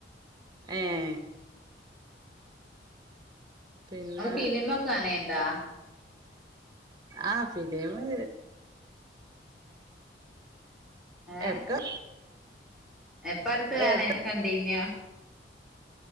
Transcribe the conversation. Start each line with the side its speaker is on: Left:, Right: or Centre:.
Right: ഏഹ്
Centre: ഉം
Right: പിന്നെ
Centre: നിങ്ങള് ഫിലിമൊക്കെ കാണലുണ്ടോ
Right: ആഹ് ഫിലിമ്
Centre: ഏഹ്
Right: എടക്ക്
Centre: എപ്പ അടുത്ത് കാണ
Right: എടുത്ത
Centre: കണ്ടീന്യോ <unintelligible>